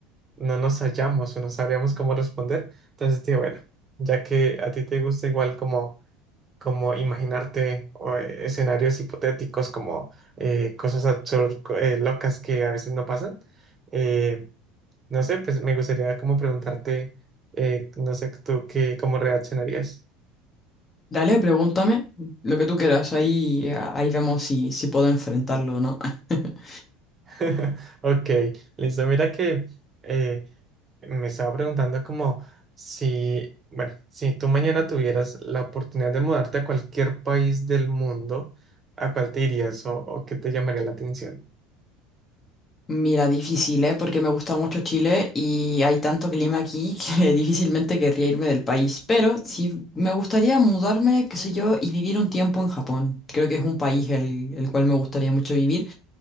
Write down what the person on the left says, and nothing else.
Dale, pregúntame lo que tú quieras, ahí, ahí vemos si, si puedo enfrentarlo o no. <laughs>
Mira, difícil, ¿eh? Porque me gusta mucho Chile y hay tanto clima aquí que <laughs> difícilmente querría irme del país. Pero sí me gustaría mudarme, qué sé yo, y vivir un tiempo en Japón. Creo que es un país el, el cual me gustaría mucho vivir.